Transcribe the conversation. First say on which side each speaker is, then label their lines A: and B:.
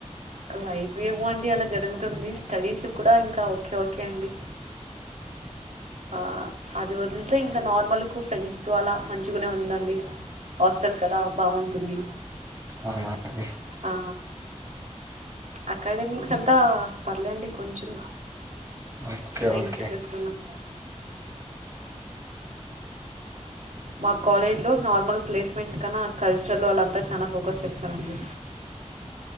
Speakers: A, on the right (about 75°); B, on the right (about 25°).
A: లైఫ్ ఏమో అండి అలా జరుగుతుంది స్టడీస్ కూడా ఇంకా ఓకే ఓకే అండి ఆ అది వదిలితే ఇంకా నార్మల్కు ఫ్రెండ్స్ తో అలా మంచిగనే ఉందండి హాస్టల్ కదా బాగుంటుంది
B: అవునా అండి.
A: ఆ అకాడమిక్స్ అంతా పర్లేండి కొంచెం
B: ఓకే
A: మా
B: ఓకే
A: ఇంట్కి చేస్తున్నాం మా కాలేజ్లో నార్మల్ ప్లేస్మెంట్స్ కన్నా ఆ కల్చర్లో వాళ్ళంతా చాలా ఫోకస్ చేస్తారండి